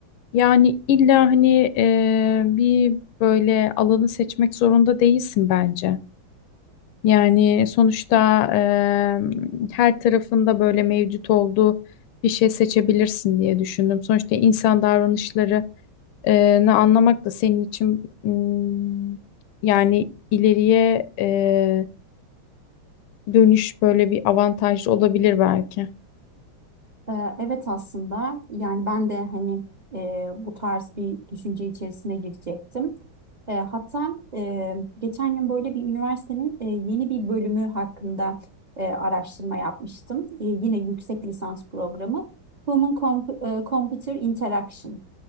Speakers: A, on the left; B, on the right.
A: Yani illa hani e, bir böyle alanı seçmek zorunda değilsin bence. Yani sonuçta e, her tarafında böyle mevcut olduğu bir şey seçebilirsin diye düşündüm. Sonuçta insan davranışları e, ne anlamak da senin için mm, yani ileriye e, dönüş böyle bir avantaj olabilir belki.
B: Ee, evet aslında yani ben de hani e, bu tarz bir düşünce içerisine girecektim. E, hatta e, geçen gün böyle bir üniversitenin e, yeni bir bölümü hakkında e, araştırma yapmıştım. E, yine yüksek lisans programı. Human Comp- e, Computer Interaction.